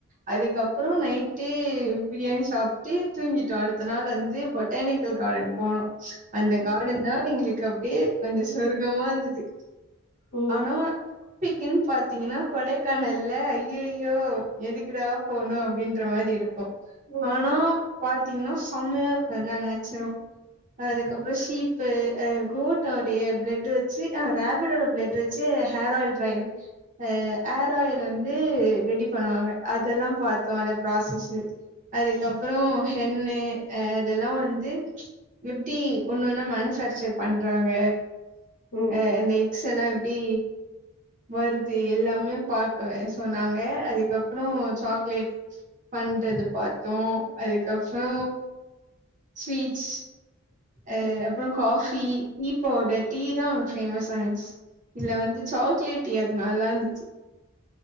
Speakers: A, on the right; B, on the left.
A: அதுகப்பறோ நைட்டு பிரியாணி சாப்ட்டு தூங்கிட்டோ அடுத்த நாள் வந்து பொடானிகல் காடன் போனோ அந்த காடன் தா எங்களுகு அப்டியே கொஞ்ச சொர்கமா இருந்துது
B: ம்
A: ஆனா பிக்கின் பாத் பாதீங்கனா கொடகானல்ல ஐயயோ எதுகுடா போணு அப்டின்ற மாரி இருக்கு
B: ம்
A: ஆனா பாத்தீங்கனா செமயா இருக்கும் எல்லா நேச்சரும் அதுக்கப்புற சீப்பு ஆ கோட்டோடைய பிளடு வச்சி ஆ ரேபிட்டோட பிளட வச்சி ஹேர் ஆயில் ட்ரை ஆ ஹேர் ஆயில் வந்து ரெடி பண்ணுவாங்க அதெல்லா பாத்தோ அந்த ப்ராசஸு அதுக்கப்புற ஹென்னு ஆ அதெல்லா வந்து எப்டி ஒன்னு ஒன்னா மேனுபேக்சர் பண்றாங்க
B: ம்
A: ஆ இந்த எக்ஸ் எல்லா எப் டி வருது எல்லாமே பாக்கவே சொன்னாங்க அதுக்கப்புற சாக்லேட் பண்றது பாத்தோ அதுக்கப்புற ஸ்வீட்ஸ் அ
B: ம்.
A: அப்புறோ காஃபி டீ பவுடர் டீ தா அங்க ஃபேமஸா இருன்சி இதுல வந்து சாக்லேட் டீ அது நல்லா இந்துச்சி